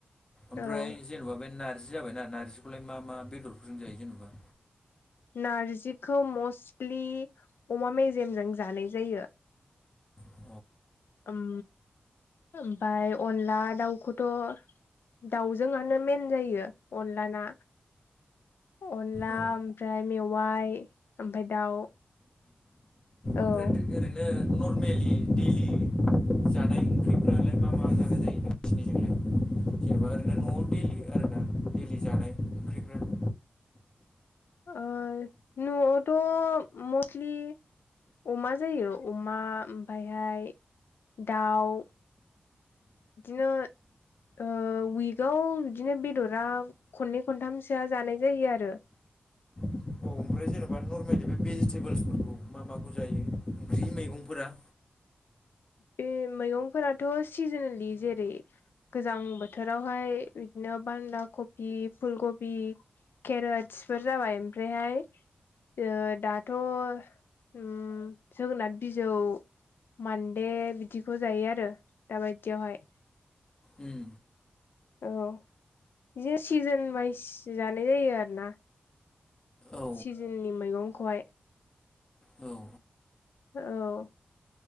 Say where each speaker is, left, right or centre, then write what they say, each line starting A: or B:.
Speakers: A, on the left (about 25°); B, on the left (about 75°).
A: ओमफ्राय
B: औ
A: जेने'बा बे नारजि जाबाय नारजिखौलाय मा मा बेदरफोरजों जायो जेनेबा
B: नारजिखौ मस्टलि अमा मेजेमजों जानाय जायो
A: अ
B: ओम -ओमफफ्राय अनला दाउखौथ' दाउजोंआनो मेन जायो अनला ना अनला
A: औ
B: ओमफ्राय मेवाइ ओमफ्राय दाउ औ
A: ओमफ्राय ओरैनो नरमेलि दैलि जानाय ओंख्रिफ्रालाय मा मा जानाय जायो नोंसिनिजोंलाय जेनेबा ओरैनो न'आव दैलि आरोना दैलि जानाय ओंख्रिफ्रा औ
B: ओ न'आवथ' मस्लि अमा जायो अमा ओमफ्रायहाय दाउ बिदिनो ओ उइकाव बिदिनो बेदरा खननै खनथामसोआ जानाय जायो आरो
A: औ ओमफ्राय जेनबा नरमेलि बे बि- -जिथेबोल्स फोर- <inaudible> मा माखौ जायो ओंख्रि मैगंफोरा
B: बे मैगंफोराथ' सिजनेलि जेरै गोजां बोथोरावहाय बिदिनो बान्दा खबि फुलकबि केरेतसफोर जाबाय ओमफ्रायहाय ओ दाथ' उम जोगोनार बिजौ मान- -दे बिदिखौ जायो आरो दाबायदियावहाय
A: उम
B: औ बिदिनो सिजोन वाइस जानाय जायो आरोना
A: औ
B: सिजोननि मैगंखौहाय
A: औ औ
B: औ